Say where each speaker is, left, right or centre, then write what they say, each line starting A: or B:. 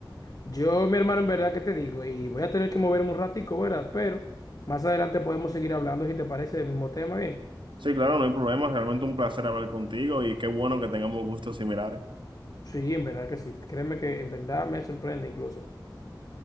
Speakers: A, on the left (about 50°); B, on the right (about 85°).
A: Yo, mi hermano, en verdad, ¿qué te digo? Y voy a tener que moverme un ratico, ¿verdad? Pero más adelante podemos seguir hablando, si te parece, del mismo tema, bien.
B: Sí, claro, no hay problema. Realmente un placer hablar contigo y qué bueno que tengamos gustos similares.
A: Sí, en verdad que sí. Créeme que en verdad me sorprende incluso.